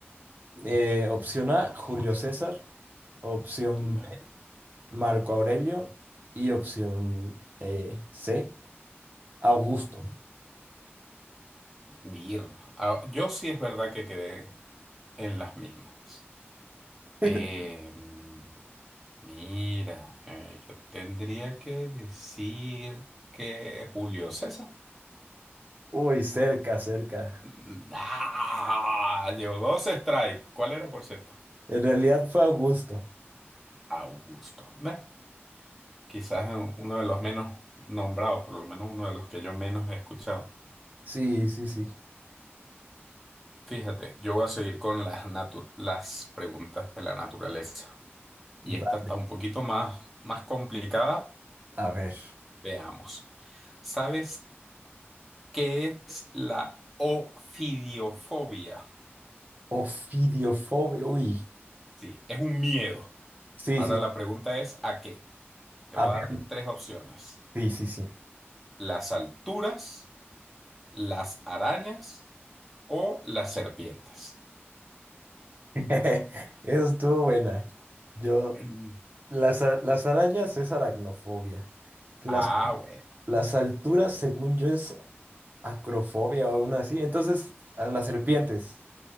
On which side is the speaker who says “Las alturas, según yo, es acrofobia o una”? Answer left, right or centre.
Right